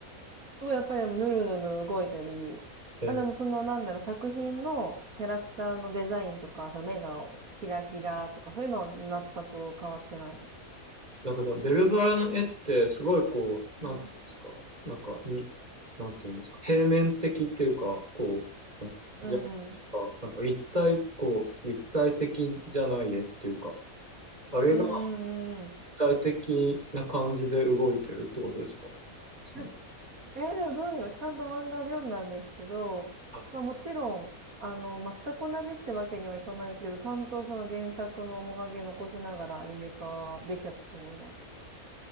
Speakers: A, on the right; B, on the right.
A: すごいやっぱりでもヌルヌル動いたり、
B: えー
A: あ、でもそのなんだろう、作品のキャラクターのデザインとか、その目がキラキラとか、そういうのは全く変わってないです。
B: なんかでもベルバラの絵ってすごいこう、
A: うん。
B: なんていうんですかなんかに、なんていうんですか平面的っていうか、こ
A: うんうん。
B: う、じゃないですか、なんか立体、こう、立体的じゃない絵っていうか、あれが
A: うーんうんうん。
B: 立体的な感じで動いてるってことですかその、
A: <laughs> えーでもどうだろう。ちゃんと漫画で読んだんですけど、
B: はい。
A: まあもちろん、あの、全く同じってわけにはいかないけど、ちゃんとその原作の面影残しながらアニメ化できちゃったと思います。